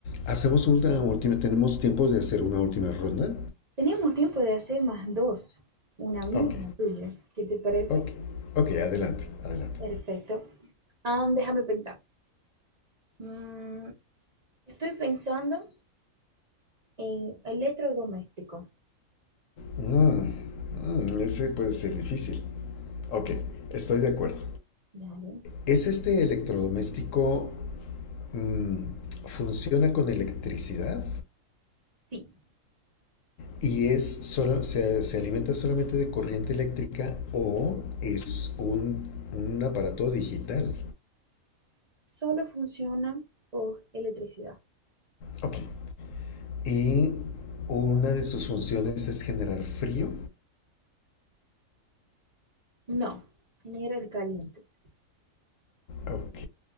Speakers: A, on the left; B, on the right.
A: Hacemos una última, tenemos tiempo de hacer una última ronda.
B: Teníamos tiempo de hacer más dos, una mía
A: Ok,
B: y una tuya. ¿Qué te parece?
A: ok, ok, adelante, adelante.
B: Perfecto. Am, déjame pensar. Mm, estoy pensando en electrodoméstico.
A: Mm, mm, ese puede ser difícil. Ok, estoy de acuerdo.
B: Dale.
A: ¿Es este electrodoméstico mm, funciona con electricidad
B: Sí,
A: y es solo, se, se alimenta solamente de corriente eléctrica o es un, un aparato digital?
B: solo funciona por electricidad.
A: Ok, Y una de sus funciones es generar frío.
B: No, genera el caliente.
A: Ok.